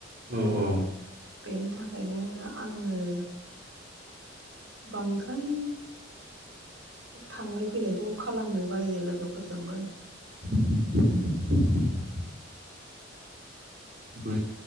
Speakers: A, on the right (about 55°); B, on the right (about 80°).
A: औ अ।
B: बेनि थाखायनो आङो बांद्राय थांलाय फैलायखौ खालामनो बायो लोगोफोरजोंबो।
A: <inaudible> बोर